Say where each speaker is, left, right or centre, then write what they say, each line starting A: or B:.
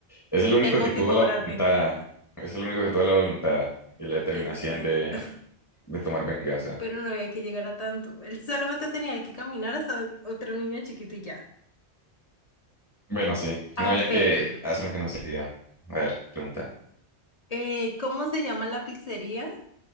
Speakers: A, on the left; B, on the left.
A: Es el único
B: tengo
A: que tuvo
B: que cobrar
A: la voluntad,
B: venganza.
A: es el único que tuvo la voluntad y la determinación
B: Exacto.
A: de,
B: <laughs>
A: de tomar venganza.
B: Pero no había que llegar a tanto. Él solamente tenía que caminar hasta otro niño chiquito y ya.
A: Bueno, sí, no
B: A
A: había
B: ver,
A: que hacer un genocidio. A ver, pregunta.
B: eh, ¿cómo se llama la pizzería?